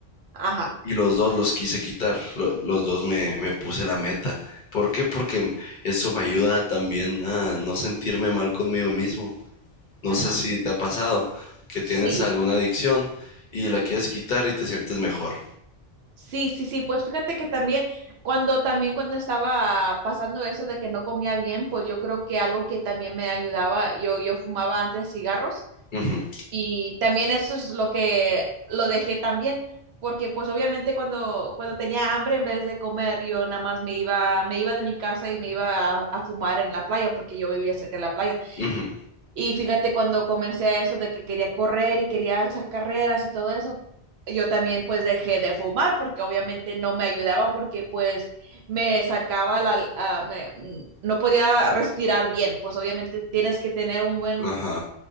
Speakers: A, on the right (about 75°); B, on the left (about 55°).
A: Ajá,
B: y los dos los quise quitar, lo- los dos me, me puse la meta. ¿Por qué? Porque eso me ayuda también a no sentirme mal conmigo mismo. No
A: ajá.
B: sé si te ha pasado que tienes
A: Sí.
B: alguna adicción y la quieres quitar y te sientes mejor.
A: Sí, sí, sí, pues fíjate que también cuando también cuando estaba pasando eso de que no comía bien, pues yo creo que algo que también me ayudaba, yo yo fumaba antes cigarros
B: Ujú,
A: y también eso es lo que lo dejé también, porque pues obviamente cuando, cuando tenía hambre, en vez de comer, yo nada más me iba, me iba de mi casa y me iba a, a fumar en la playa, porque yo vivía cerca de la playa.
B: ujú,
A: Y fíjate, cuando comencé a eso de que quería correr y quería hacer carreras y todo eso, yo también pues dejé de fumar porque obviamente no me ayudaba porque pues me sacaba la, ah, me- mm, no podía respirar bien, pues obviamente tienes que tener un buen
B: Ajá.